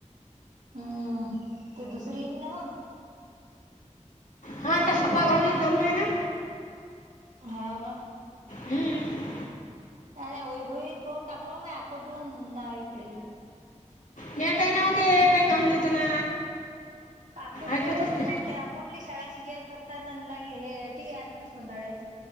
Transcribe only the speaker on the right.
हम्म ते दुसरी नावा
हाव ना
अ नाही वैभवीन करून टाकलो म कुठून नाव इकडे
आकोठले
पट्टे आकोठली शाळा शिगेल करतात हे टी आणलं सोधाडत